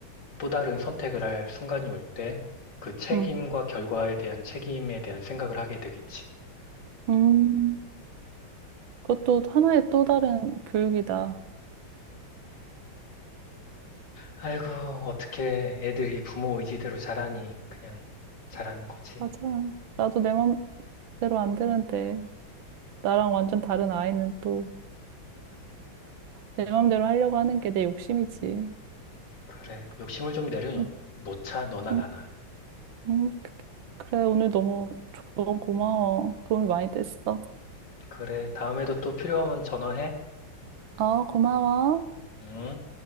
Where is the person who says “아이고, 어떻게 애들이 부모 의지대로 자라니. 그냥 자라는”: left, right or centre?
Left